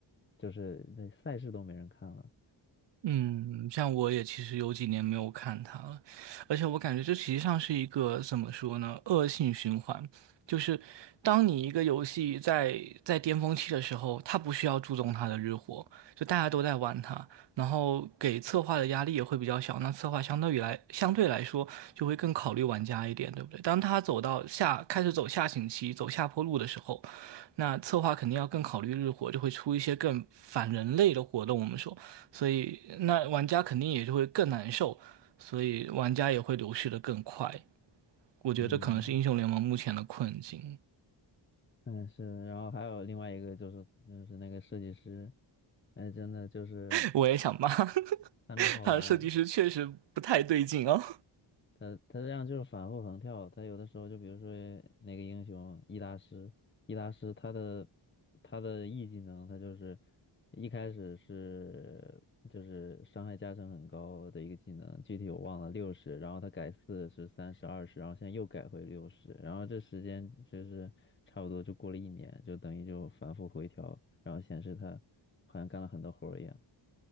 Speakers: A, on the left; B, on the right.
A: 就是那赛事都没人看了，
B: 嗯，像我也其实有几年没有看它了，而且我感觉这实际上是一个怎么说呢，恶性循环。就是当你一个游戏在在巅峰期的时候，它不需要注重它的日活，就大家都在玩它，然后给策划的压力也会比较小。那策划相对于来相对来说就会更考虑玩家一点，对不对？当他走到下开始走下行期、走下坡路的时候，那策划肯定要更考虑日活，就会出一些更反人类的活动。我们说。所以那玩家肯定也就会更难受，所以玩家也会流失的更快。我觉得这可能是英雄联盟目前的困境。
A: 嗯。嗯，是然后还有另外一个就是就是那个设计师，哎，真的就是啊
B: <laughs> 我也想骂 <laughs>，
A: 他那好玩，
B: 他的设计师确实不太对劲哦。
A: 他他这样就是反复横跳，他有的时候就比如说那个英雄伊大师伊大师他的他的 E 技能，他就是一开始是就是伤害加成很高的一个技能，具体我忘了六十，然后他改四十、三十、二十，然后现在又改回六十，然后这时间就是差不多就过了一年，就等于就反复回调，然后显示他好像干了很多活儿一样。